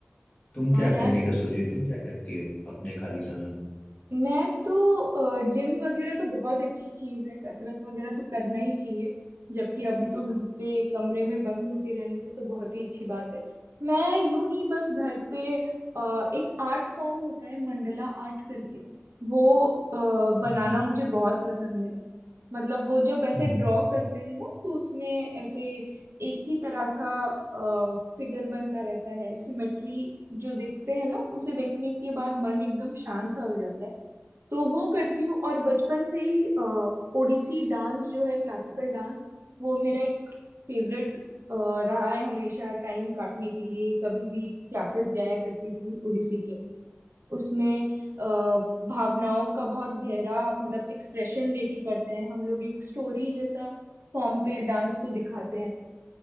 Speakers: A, on the left (about 35°); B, on the right (about 70°).
A: तुम
B: हाँ
A: क्या
B: यार
A: करने का सोच रही तुम क्या करती हो अपने खाली समय में
B: मैं तो जिम वगैरह तो बहुत अच्छी चीज है कसरत वगैरह तो करना ही चाहिए जबकि अभी तो घर पे कमरे में बंद होके रहने से तो बहुत ही अच्छी बात है मैं यूं ही बस घर पे अ, एक आर्ट फॉर्म होता है मंडला आर्ट करके वो अ, बनाना
A: हम्म,
B: मुझे बहुत पसंद है मतलब वो जब ऐसे
A: हम्म,
B: ड्रॉ करते हैं ना तो उसमें ऐसे एक ही तरह का फिगर बनता रहता है सिमेट्री जो देखते हैं ना उसे देखने के बाद मन एकदम शांत सा हो जाता है तो वो करती हूँ और बचपन से ही अ, ओडिसी डांस जो है क्लासिकल डांस वो मेरा एक फेवरेट रहा है हमेशा टाइम काटने के लिए कभी भी क्लासेस जाया करती थी ओडिसी के उसमें अ, भावनाओं का बहुत गहरा मतलब एक्सप्रेशन देके करते हैं हम लोग एक स्टोरी जैसा फॉर्म पे डांस को दिखाते हैं